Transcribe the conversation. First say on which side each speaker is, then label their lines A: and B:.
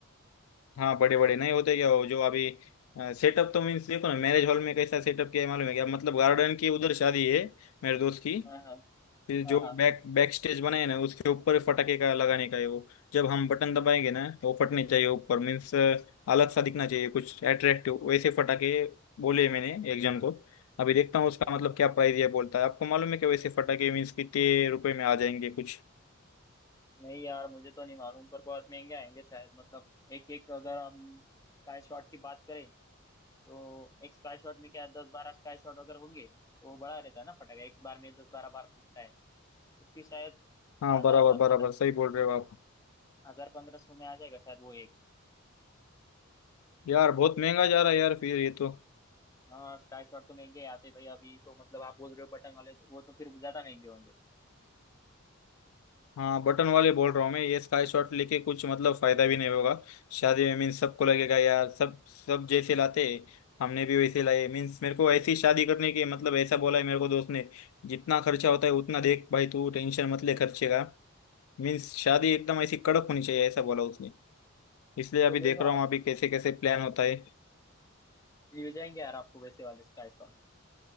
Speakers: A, on the left (about 85°); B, on the left (about 15°).
A: हाँ बड़े बड़े
B: बड़े
A: नहीं
B: बड़े
A: होते
B: से
A: क्या वो जो अभी सेटअप तो मीन्स देखो ना मैरिज हॉल में कैसा सेटअप किया है मालूम है क्या मतलब गार्डन की उधर शादी है मेरे दोस्त की
B: हाँ हाँ
A: फिर
B: हाँ
A: जो
B: हाँ
A: बैक बैक स्टेज बनाए ना उसके ऊपर फटाके का लगाने का है वो जब हम बटन दबाएंगे ना वो फटने चाहिए ऊपर मीन्स अलग सा दिखना चाहिए कुछ अट्रैक्टिव वैसे फटाके बोले मैंने एक जन को अभी देखता हूँ उसका मतलब क्या प्राइस है बोलता है आपको मालूम है क्या वैसे फटाके मीन्स कितने रुपए में आ जाएंगे कुछ
B: नहीं यार मुझे तो नहीं मालूम पर बहुत महंगे आएंगे शायद मतलब एक एक अगर हम स्काई शॉट की बात करें तो एक स्काई शॉट में क्या दस बारह स्काई शॉट अगर होंगे तो वो बड़ा रहता है ना फटाका एक बार में दस बारह बार फूटता है उसकी शायद
A: हाँ
B: हजार
A: बराबर
B: पंद्रह
A: बराबर सही बोल रहे हो आप
B: हजार पंद्रह सौ में आ जाएगा शायद वो एक
A: यार बहुत महंगा जा रहा है यार फिर ये तो
B: हाँ स्काई शॉट तो महंगे आते भाई अभी तो मतलब आप बोल रहे हो बटन वाले तो वो तो फिर ज्यादा महंगे होंगे
A: हाँ बटन वाले बोल रहा हूँ मैं ये स्काई शॉट लेके कुछ मतलब फायदा भी नहीं होगा शादी में मीन्स सबको लगेगा यार सब सब जैसे लाते हमने भी वैसे लाए मीन्स मेरे को ऐसी शादी करने की मतलब ऐसा बोला है मेरे को दोस्त ने जितना खर्चा होता है उतना देख भाई तू टेंशन मत ले खर्चे का मीन्स शादी एकदम ऐसी कड़क होनी चाहिए ऐसा बोला उसने इसलिए अभी
B: तो ले
A: देख
B: लो
A: रहा
B: आप
A: हूँ अभी
B: मतलब
A: कैसे कैसे प्लान होता है
B: मिल जाएंगे यार आपको वैसे वाले स्काई शॉट